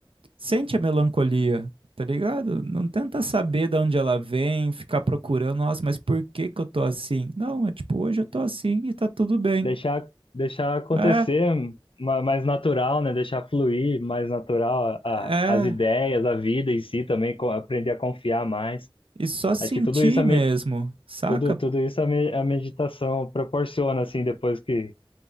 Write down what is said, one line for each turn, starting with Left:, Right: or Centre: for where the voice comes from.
Right: sente a melancolia, tá ligado? Não tenta saber de onde ela vem, ficar procurando, nossa, mas por que que eu tô assim? Não, é tipo, hoje eu tô assim e tá tudo bem.
Left: Deixar, deixar acontecer
Right: É,
Left: ma- mais natural, né? Deixar fluir mais natural a,
Right: é,
Left: a- as ideias, a vida em si também, co- aprender a confiar mais.
Right: e só sentir
Left: Acho que tudo isso a
Right: mesmo,
Left: me-
Right: saca?
Left: tudo, tudo isso a, me- a meditação proporciona, assim, depois que,